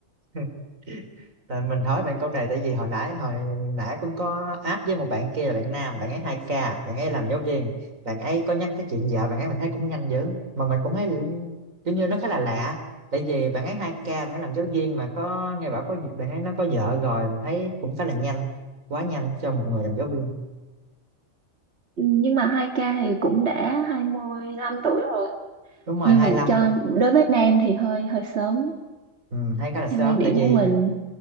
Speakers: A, on the right; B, on the right.
A: <laughs> Tại mình hỏi bạn câu này tại vì hồi nãy hồi nãy cũng có áp với một bạn kia là bạn nam bạn ấy hai k bạn ấy làm giáo viên bạn ấy có nhắc tới chuyện vợ bạn ấy mình thấy cũng nhanh dữ mà mình cũng thấy kiểu như nó khá là lạ tại vì bạn ấy hai k bạn ấy làm giáo viên mà có nghe bảo có bạn ấy nó có vợ rồi mình thấy cũng khá là nhanh quá nhanh cho một người làm giáo viên
B: Ừ, Nhưng mà hai k thì cũng đã 25 tuổi rồi.
A: đúng rồi
B: Nhưng
A: 25
B: mà cho đối với nam thì hơi hơi sớm
A: ừ, hay khá là sớm
B: theo quan điểm
A: tại vì
B: của mình.